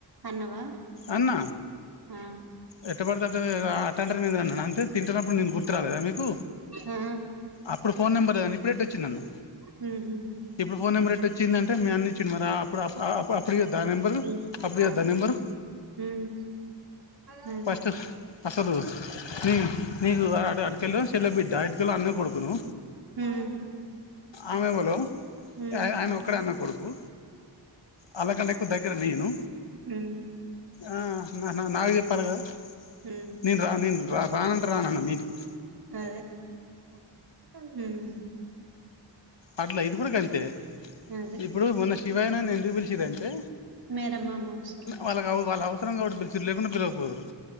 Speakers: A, on the right; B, on the left.
A: అన్నవా?
B: అన్న
A: ఆ!
B: ఏట బడితే అట్లా <unintelligible> మీద అన్నాను అంతే తింటున్నప్పుడు నేను గుర్తు రాలేదా మీకు
A: ఆ!
B: అప్పుడు ఫోన్ నెంబర్ లేదు ఇప్పుడేట వచ్చిందన్న
A: హుహు.
B: ఇప్పుడు ఫోన్ నెంబర్ ఎట వచ్చింది అంటే మీ అన్న ఇచ్చింది ఆ మడు అప్పుడు ద నెంబరు
A: డి
B: అప్పుడు
A: ఆ!
B: దా నెంబరు
A: హ్మ్. హ్మ్.
B: పస్ట అసలులు న నకు అ అకళ్లో ఇల్ బిడ్డ అయితుక అన్న కొడుకును
A: హ్మ్
B: ఆమెవలో
A: హ్మ్.
B: ఆయన ఒకడే అన్న కొడుకు అలాకంటే ఎక్కువ దగ్గర నేను
A: అ
B: ఆ నా నాకు చెప్పాలి కదా
A: హ్మ్.
B: నేను రాను నేను రాను అంటే రాను అన్న మీంటికి
A: హ్మ్
B: అట్లా ఇది కూడా గంతే
A: అదే
B: ఇప్పుడు మొన్న శివాయన ఎందుకు పిలి చిన్రంటే
A: మేరమ్మ అవసరం.
B: వాళ్ళ కా వాళ్ళ అవసరం కాబట్టి పిలుచిరు లేకుండా పిల్లకపోదురు